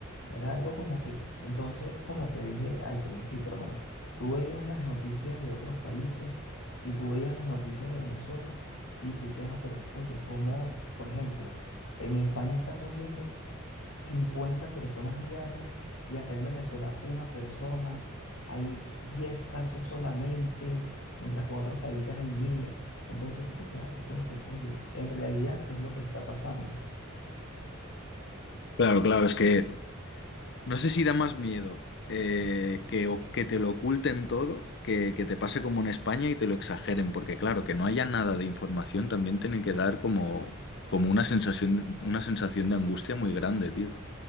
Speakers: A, on the left; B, on the left.
A: Era algo como que, entonces, como te dije al principio, hermano, tú veías las noticias de otros países y tú veías las noticias de Venezuela y tú quedas, pero oye, ¿cómo, por ejemplo, en España están muriendo? 50 personas diarias y acá en Venezuela una persona, hay 10 casos solamente, mientras que en otros países hay miles. Entonces tú te quedas así como que, oye, en realidad, ¿qué es lo que está pasando?
B: Claro, claro, es que No sé si da más miedo eh, que, o- que te lo oculten todo, que, que te pase como en España y te lo exageren, porque claro, que no haya nada de información también tiene que dar como, como una sensación, una sensación de angustia muy grande, tío.